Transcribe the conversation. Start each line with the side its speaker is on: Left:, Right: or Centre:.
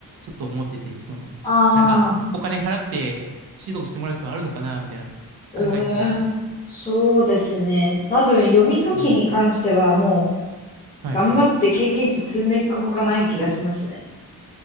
Right: ょっと思ってて、その、
Left: ああ、
Right: なんか、お金払って指導してもらう必要あるのかな、みたいな、
Left: うーん、
Right: 考えてたんですよね。
Left: そうですね。多分、読み書きに関してはもう、
Right: はい。はい。
Left: 頑張って経験値積んでいくほかない気がしますね。